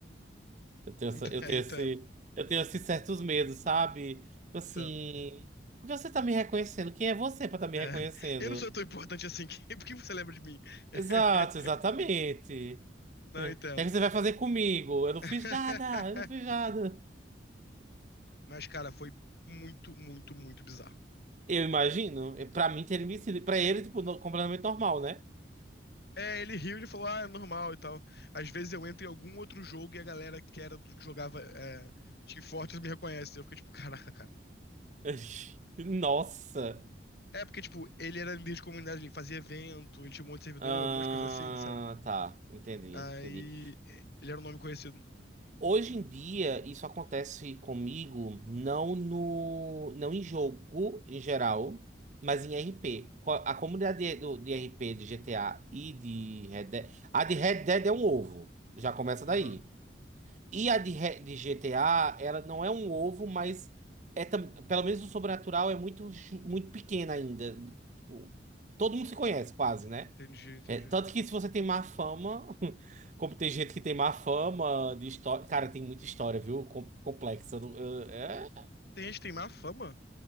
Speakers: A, on the right (about 40°); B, on the left (about 55°).
A: Eu tenho essa,
B: Ent-
A: eu
B: <laughs>
A: tenho esse,
B: Entendo,
A: eu tenho esses certos medos, sabe? Tipo Assim,
B: entendo.
A: por que você tá me reconhecendo? Quem é você pra tá me
B: É.
A: reconhecendo?
B: Eu não sou tão importante assim, que- <laughs> por que você lembra de mim? <laughs>
A: Exato, exatamente. <laughs>
B: Não
A: É.
B: entendo.
A: O que é que você vai fazer comigo? Eu não
B: <laughs>
A: fiz nada, eu não fiz nada.
B: Mas, cara, foi muito, muito, muito bizarro.
A: Eu imagino, pra mim teria me sido, pra ele, tipo, no- completamente normal, né?
B: É, ele riu, ele falou, ah, é normal e tal. Às vezes eu entro em algum outro jogo e a galera que era do que jogava é, Team Fortress me reconhece. Eu fiquei tipo, caraca, cara.
A: <laughs> Nossa.
B: É porque, tipo, ele era líder de comunidade, ele fazia evento, ele tinha um monte de servidor,
A: Ah,
B: um monte de coisa assim, sabe?
A: tá, entendi,
B: Aí
A: entendi.
B: ele era um nome conhecido.
A: Hoje em dia, isso acontece comigo não no, não em jogo em geral, mas em RP. Co- A comunidade de, do- de RP de GTA e de Red Dead, a de Red Dead é um ovo, já começa
B: Aham,
A: daí. E a de, Re- de GTA, ela não é um ovo, mas é tam- pelo menos o sobrenatural é muito, ju- muito pequeno ainda. Tipo, todo mundo se conhece quase, né?
B: entendi, entendi.
A: É, tanto que se você tem má fama, <laughs> como tem gente que tem má fama de história. Cara, tem muita história, viu? Com- complexa. Não- eu- É,
B: Tem gente que tem má fama?